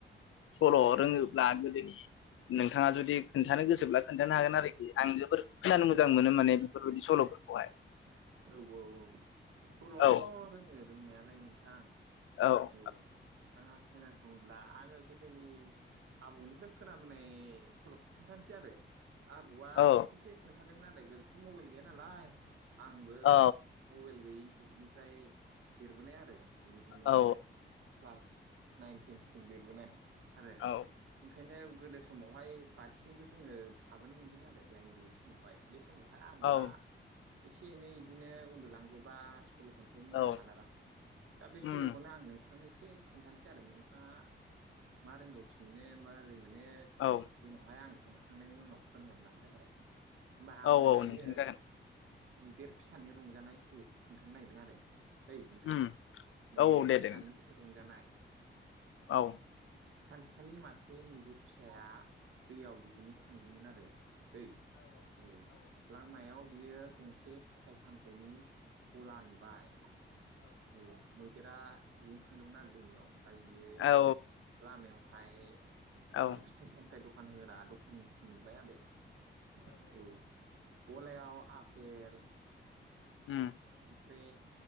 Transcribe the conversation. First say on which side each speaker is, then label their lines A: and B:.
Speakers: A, on the left; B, on the right.
A: सल' रोङोब्ला गोदै नोंथाङा जुदि खोन्थानो गोसोब्ला खोन्थानो हागोन आरोखि आं जोबोर खोनानो मोजां मोनो माने। बेफोरबायदि सल'फोरखौहाय।
B: औ औ औ सल'आथ'
A: औ
B: रोङो रोंनायालाय नोंथां।
A: औ
B: औ नोंथाङा खोनासङोब्ला आंङो गोदोनि आबौनिफ्राय खोनाबोनाय सल'खौ खोन्थानोसै आरो आब'आ
A: औ
B: ससे खोन्थादोंमोन आदोथ' मबाइल गैया नालाय आंबो
A: औ
B: मबाइल गैयि जुगनिफ्राय देरबोनाय आरो बिदिनो
A: औ
B: क्लास नाइन टेनसिम देरबोनाय आरो
A: औ
B: ओंखायनो गोदो समावहाय बाथिजोंबो जोंङो थाबोनो मोन्दों आरो लाइन गैयि समावहाय। बे समावहाय आबौ
A: औ
B: आ एसे एनै बिदिनो उन्दुलांगौबा सल' खोन्थायोमोन
A: औ
B: आरो मालाबा दा बे
A: उम
B: सल'खौनो आं नोंथांनो एसे खोन्थानोसै आरो नोंथाङा मा रोंगौथि मोनो मा रै मोनो
A: औ
B: उनावहाय आं खोन्थाखांनायनि उनाव फोरमायब्लानो जाबाय। होमबा आंङो
A: औ औ
B: दायो
A: नोंथां जागोन
B: मैदेर फिसानि रंजानाय सल'खौ खोन्थानो नागिरदों आरो ओइ नोंथां
A: उम
B: मैदेर
A: औ औ दे
B: फिसानि
A: दे नोंथां
B: रंजानाय
A: औ
B: सानसेखालि मासे मैदेर फिसाया दैयाव दुगैनो थांदोंमोन आरो दै औ लामायाव बियो गंसे फिथाइ सामथायनि गला नुबाय औ मैदेरा दुगैनो थांदोंमोन आरो दैमायाव ओमफ्राय बियो
A: औ
B: लामायावहाय
A: औ
B: फिथाइ सामथाय दखान होग्रा दखानखौ नुबाय आरो औ। गलायाव आपेल
A: उम
B: संख्रि